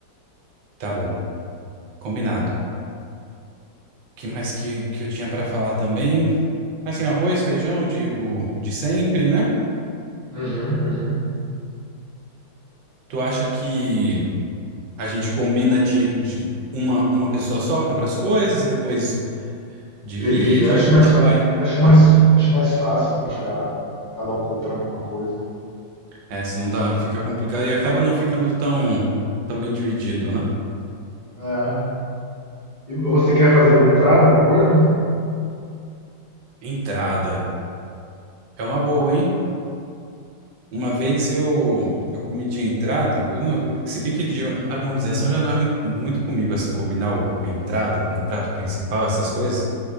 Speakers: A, on the right; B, on the left.
A: tá bom. Combinado. O que mais que, que eu tinha pra falar também? Assim, arroz, feijão, de, o, de sempre, né?
B: Uhum, uhum.
A: Tu acha que a gente combina de, de uma, uma pessoa só, compra as coisas e depois divide,
B: Divide, eu acho
A: a gente
B: mais, fa-
A: vai.
B: acho mais, acho mais fácil do que ficar cada um comprando uma coisa.
A: É, se não dá, fica complicado e acaba não ficando tão, tão bem dividido, né?
B: É. E você quer fazer alguma entrada, alguma coisa?
A: Entrada. É uma boa, hein? Uma vez eu, eu comi de entrada, eu não- se bem que de harmonização já não é muito, muito comigo, assim, combinar o, o entrada com o prato principal, essas coisas,